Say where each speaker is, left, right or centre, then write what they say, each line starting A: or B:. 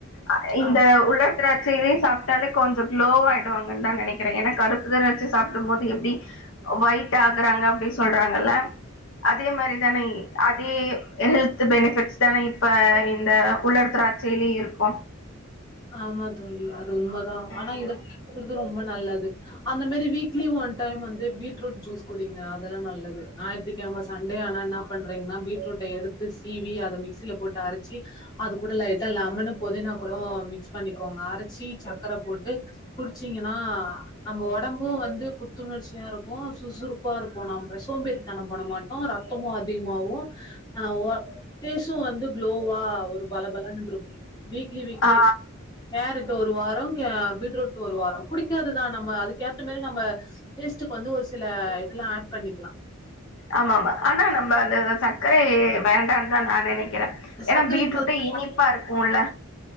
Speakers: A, on the left; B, on the left.
A: அ இந்த
B: ஆமா.
A: உள்ள திராட்சியிலை சாப்பிட்டாலே கொஞ்சோ க்லோ ஆயிச்சா வாங்குதா நெனைக்கிறே ஏன்னா கருப்பு திராட்ச சாப்பிடு போது எப்டி ஒயிட் ஆகுறாங்க அப்டின்னு சொல்றாங்கள்ல அதே மாரி தானே இ அது ஏ எஹ் இது பெனிஃபிட்ஸ் தான இப்ப இந்த உலர் திராட்சியிலயு இருக்கு
B: ஆமா தோழி அது உண்மதா
A: ம்
B: ஆனா இத எடுத் ரொம்ப நல்லது அந்த மாரி வீக்லி ஒன் டைம் வந்து பீட்ரூட் ஜூஸ் குடிங்க அதெல்லா நல்லது ஞாயித்துகெழம சன்டே ஆனா என்னா பண்றீங்கனா பீட்ரூ எடுத்து சீவி அத மிக்சில போட்டு அரச்சி அது கூட லைட்டா லெமெனு புதினா போட் அப்றோ மிக்ஸ் பண்ணிக்கோங்க அரச்சி சக்கர போட்டு குடிச்சீங்கன்னா நம்ம ஒடம்பு வந்து புத்துணர்ச்சியா இருக்கு சுறுசுறுப்பா இருப்போ நம்ம சோம்பேறித்தன பட மாட்டோ ரத்தமு அதிகமாகு ஆ பேஸு வந்து குளோவா ஒரு பலபலனு இருக்கு வீக்லி வீக்லி
A: ஆ
B: கேரட் ஒரு வாரோ பீட்ரூட் ஒரு வாரோ குடிக்குறதுதா நம்ம அதுக்கேத்த மாரி நம்ம டேஸ்ட்க்கு வந்து ஒரு சில இதெல்லா ஆட் பண்ணிக்கலா
A: ஆமா ஆமா ஆனா நம்ம ச சக்கரே வேண்டா நா இன்னைக்கு இருக்கிறே ஏன்னா
B: சக்கரைக்கு
A: பீட்ரூட்டே
B: பதிலா
A: இனிப்பா இருக்கும்ல